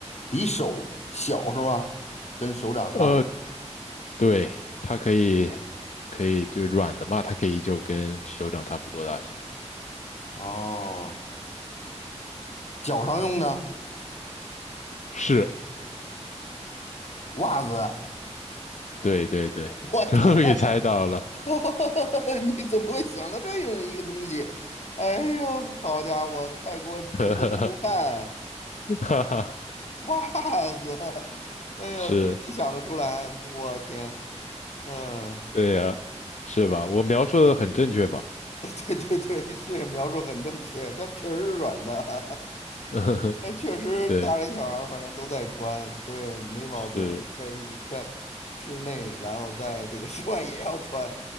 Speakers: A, on the left; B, on the left.
A: 比手小是吧？跟手掌差不多。
B: 呃，对，它可以，可以就软的嘛，它可以就跟手掌差不多大小。
A: 哦，脚上用的
B: 是，
A: 袜子。
B: 对对对，
A: 我天
B: <laughs> 终于猜到了，
A: <laughs> 你怎么会想到这样一个东西？哎呦，好家伙，快给我急得一头汗！
B: <laughs> 哈哈哈哈，
A: 袜子，<laughs> 哎呀，
B: 是。
A: 亏你想得出来，我天，嗯。
B: 对呀，是吧？我描述的很正确吧？
A: <laughs> 对对对，是描述很正确，它确实是软的，<laughs>
B: <laughs>
A: 那确实大人小孩儿反正都在穿，
B: 对，
A: 对，没毛病，
B: 是
A: 确实在室内，然后在这个 <laughs> 室外也要穿，